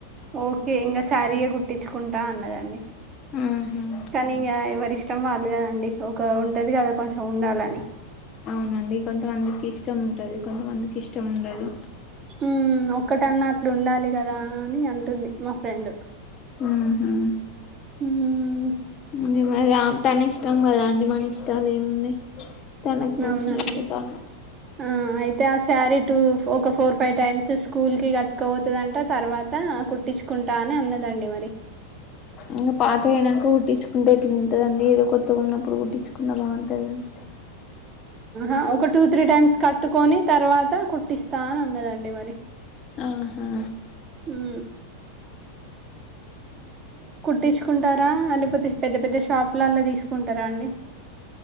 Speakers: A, on the right; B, on the left.
A: ఓకే ఇంగ శారీయే గుట్టించుకుంటా అన్నదండి
B: ఆహా
A: కనీంగా ఎవరిష్టం ఇష్టం వాళ్ళు కదండి ఒక ఉంటది కదా కొంచెం ఉండాలని
B: అవునండి కొంతమందికి ఇష్టం ఉంటది కొంతమందికి ఇష్టం ఉండదు
A: ఉ ఒక్కటన్నా అట్లన్డాలి కదా అని అంటుంది మా ఫ్రెండ్
B: ఆహా
A: మ్మ్
B: ఇంగ మరి తన ఇష్టం కదా అండి మన ఇష్టాలు ఏమున్నాయి తనకి నచ్చినట్టు
A: అవునండి
B: తను
A: ఆ అయితే ఆ శారీ టు ఒక ఫోర్ ఫైవ్ టైమ్స్ స స్కూల్ కి కట్టుకపో తుదంట తర్వాత కుట్టించుకుంటా అని అన్నదండి మరి
B: ఇంకా పాతగ అయినంక కుట్టించుకుంటే ఎట్ల ఉంటదండి ఏదో కొత్తగా ఉన్నప్పుడు కుట్టించుకున్న బాగుంటది కని
A: ఆ ఒక టూ త్రీ టైమ్స్ కట్టుకొని తర్వాత కుట్టిస్తా అని అన్నదండి మరి
B: ఆహా
A: ఉ కుట్టించుకుంటారా లేకపోతే పెద్ద పెద్ద షాపులల్ల తీసుకుంటారా అండి